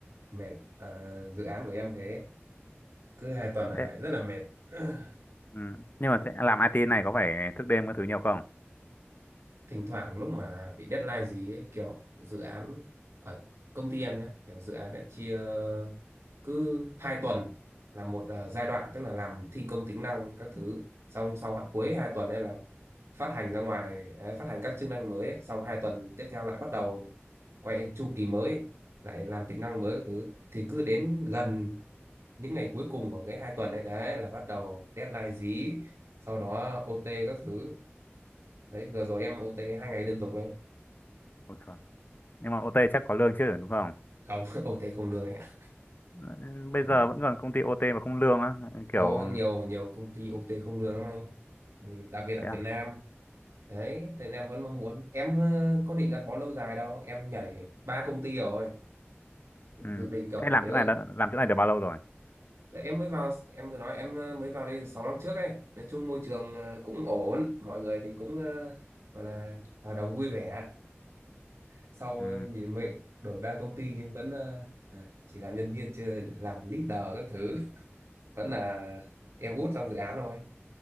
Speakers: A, on the right; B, on the left.
A: mệt à, dự án của em thế, cứ hai tuần là lại
B: Thế
A: rất là mệt. <clears throat>
B: Ừ. Nhưng mà thế- làm IT này có phải thức đêm các thứ nhiều không?
A: thỉnh thoảng lúc mà bị deadline gì ấy, kiểu dự án ở công ty em nhé kiểu dự án đã chia cứ hai tuần là một à, giai đoạn tức là làm thi công tính năng các thứ xong sau hạ cuối hai tuần đây là phát hành ra ngoài ấy, phát hành các chức năng mới ấy. xong hai tuần tiếp theo lại bắt đầu quay chu kỳ mới lại làm tính năng mới các thứ thì cứ đến gần những ngày cuối cùng của cái hai tuần ấy đấy là bắt đầu deadline dí sau đó OT các thứ đấy vừa rồi em OT hai ngày liên tục ấy
B: Ôi trời. Nhưng mà OT chắc có lương chứ đúng không?
A: không <laughs> OT không lương anh ạ
B: Ừ, Bây
A: Ừ.
B: giờ vẫn còn công ty OT mà không lương á,
A: có
B: kiểu
A: nhiều nhiều công ty OT không lương lắm anh Ừ, đặc biệt ở
B: thế à?
A: Việt Nam đấy thì em vẫn mong muốn em ờ, có định gắn bó lâu dài đâu em nhảy ba công ty rồi
B: Ừ.
A: dự định kiểu
B: Thế làm
A: nếu
B: chỗ này đã- làm chỗ này được bao lâu rồi?
A: tại em mới vào em vừa nói em ờ, mới vào đây 6 năm trước ấy nói chung môi trường ờ, cũng ổn mọi người thì cũng ờ, gọi là hòa đồng vui vẻ sau
B: Ừ.
A: nhìn mới đổi ba công ty nhưng vẫn ờ, à, chỉ làm nhân viên chưa làm leader các thứ vẫn là em út trong dự án thôi